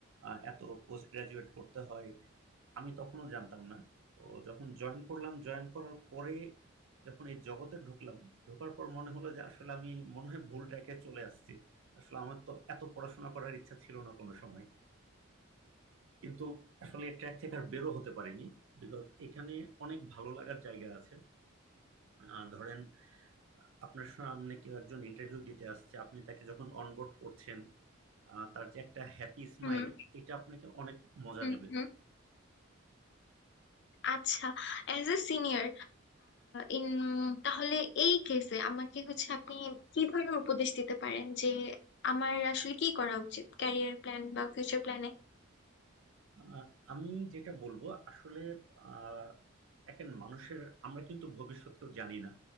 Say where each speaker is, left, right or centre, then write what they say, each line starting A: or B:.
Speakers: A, on the right (about 70°); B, on the left (about 55°).
A: আহ, এত পোস্ট গ্রাজুয়েট করতে হয় আমি তখনও জানতাম না তো যখন জয়েন করলাম জয়েন করার পরে যখন এই জগতে ঢুকলাম ঢোকার পর মনে হলো যে আসলে আমি মনে হয় ভুল ট্র্যাকে চলে আসছি আসলে আমার তো এত পড়াশোনা করার ইচ্ছা ছিল না কোনো সময় কিন্তু আসলে ট্র্যাক থেকে আর বেরো হতে পারিনি বিকজ এখানে অনেক ভালো লাগার জায়গা আছে আহ, ধরেন আপনার সামনে কেউ একজন ইন্টারভিউ দিতে আসছে আপনি তাকে যখন অনবোর্ড করছেন আহ, তার যে একটা হ্যাপি স্মাইল
B: হুম
A: এটা আপনাকে অনেক মজা
B: হুম
A: দিবে
B: হুম আচ্ছা অ্যাজ এ সিনিয়র ইন তাহলে এই কেসে আমাকে হচ্ছে আপনি কি ধরনের উপদেশ দিতে পারেন যে আমার আসলে কি করা উচিত ক্যারিয়ার প্ল্যান বা ফিউচার প্ল্যানে
A: আহ, আমি যেটা বলবো আসলে আহ, এখন মানুষের আমরা কিন্তু ভবিষ্যৎ কেউ জানি না